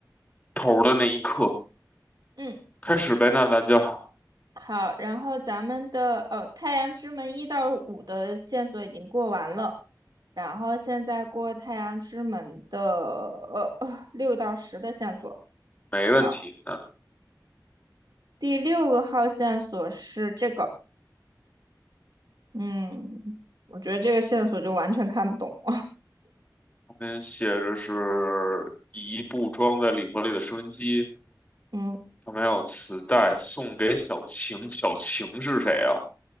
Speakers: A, on the left; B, on the right.
A: 头儿的那一刻。
B: 嗯，
A: 开始呗，那咱就
B: 好，然后咱们的呃《太阳之门》一到五的线索已经过完了，然后现在过《太阳之门》的呃 <laughs> 六到十的线索。
A: 没问题。
B: 好，
A: 那
B: 第六个号线索是这个，嗯，我觉得这个线索就完全看不懂。
A: 旁边写着是一部装在礼盒里的收音机，
B: 嗯。<laughs>
A: 旁边还有磁带，送给小晴。小晴是谁啊？